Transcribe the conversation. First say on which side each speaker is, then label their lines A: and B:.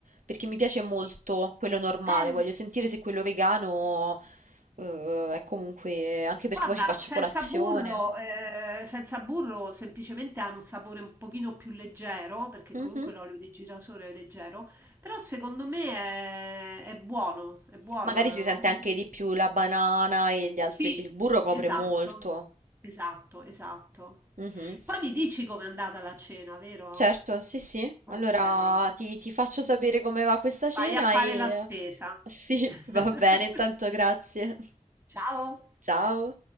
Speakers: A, on the right; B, on the right.
A: Perché mi piace
B: S-
A: molto quello normale,
B: Eh,
A: voglio sentire se quello vegano Eh, è comunque anche perché
B: guarda,
A: poi ci faccio
B: senza
A: colazione.
B: burro, eh, senza burro semplicemente ha un sapore un pochino più leggero, perché
A: Mhm.
B: comunque l'olio di girasole è leggero, però secondo me è, è buono, è buono.
A: Magari si sente anche di più la banana e gli altri,
B: Sì,
A: che il burro copre
B: esatto,
A: molto.
B: esatto, esatto.
A: Mhm.
B: Poi mi dici com'è andata la cena, vero?
A: Certo, sì, sì.
B: Ok.
A: Allora ti, ti faccio sapere come va questa cena
B: Vai a fare
A: e...
B: la spesa.
A: Sì,
B: <laughs>
A: <laughs> va bene, intanto grazie. <laughs>
B: Ciao!
A: Ciao.